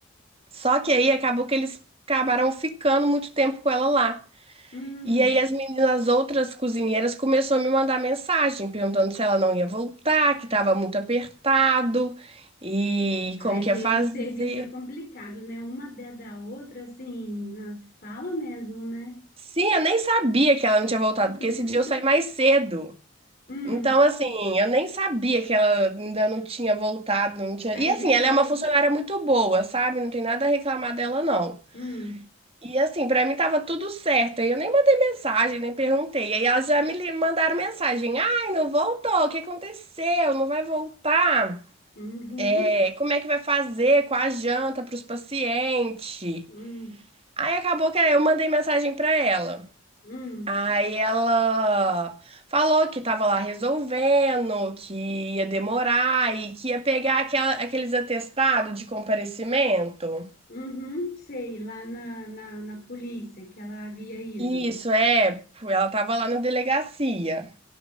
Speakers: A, on the right; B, on the left.
A: Só que aí acabou que eles acabaram ficando muito tempo com ela lá.
B: hum.
A: E aí as meninas, as outras cozinheiras começaram a me mandar mensagem perguntando se ela não ia voltar, que estava muito apertado e
B: Ai,
A: como que
B: gente,
A: ia fazer.
B: no serviço é complicado, né? Uma dentro da outra, assim, na fala mesmo, né?
A: Sim, eu nem sabia que ela não tinha voltado,
B: <laughs>
A: porque esse dia eu saí mais cedo.
B: Hum,
A: Então, assim, eu nem sabia que ela ainda não tinha voltado, não tinha.
B: aí
A: E assim,
B: viu?
A: ela
B: Aí,
A: é uma funcionária muito boa, sabe? Não tem nada a reclamar dela, não.
B: hum,
A: E assim, pra mim tava tudo certo. Aí eu nem mandei mensagem, nem perguntei. Aí elas já me li- mandaram mensagem. Ai, não voltou. O que aconteceu? Não vai voltar?
B: uhum,
A: É, como é que vai fazer com a janta pros pacientes?
B: hum,
A: Aí acabou que eu mandei mensagem pra ela.
B: hum,
A: Aí ela falou que tava lá resolvendo, que ia demorar e que ia pegar aquela- aqueles atestados de comparecimento.
B: uhum, sei, lá na, na, na polícia que ela havia ido.
A: Isso, é, ela tava lá na delegacia.